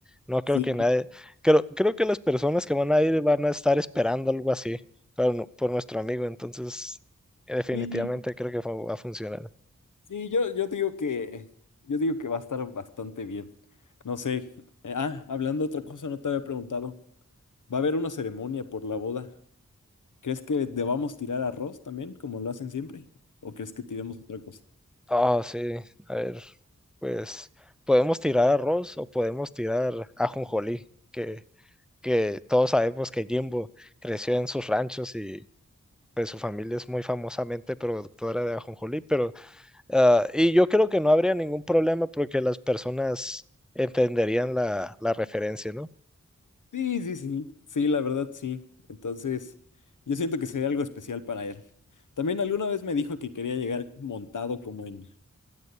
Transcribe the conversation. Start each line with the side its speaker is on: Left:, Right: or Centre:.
Centre: No creo
Left: Sí,
Centre: que nadie, creo, creo que las personas que van a ir van a estar esperando algo así pero no- por nuestro amigo, entonces eh, definitivamente
Left: Sí,
Centre: creo que fu- va a funcionar.
Left: sí, yo, yo digo que yo digo que va a estar bastante bien. No sé. eh, ah, hablando de otra cosa, no te había preguntado. Va a haber una ceremonia por la boda. ¿Crees que debamos tirar arroz también, como lo hacen siempre? ¿O crees que tiremos otra cosa?
Centre: Ah, sí, a ver, pues podemos tirar arroz o podemos tirar ajonjolí, que, que todos sabemos que Jimbo creció en sus ranchos y pues su familia es muy famosamente productora de ajonjolí, pero Ah, y yo creo que no habría ningún problema porque las personas entenderían la, la referencia, ¿no?
Left: Sí, sí, sí. Sí, la verdad, sí. Entonces, yo siento que sería algo especial para él. También alguna vez me dijo que quería llegar montado como en,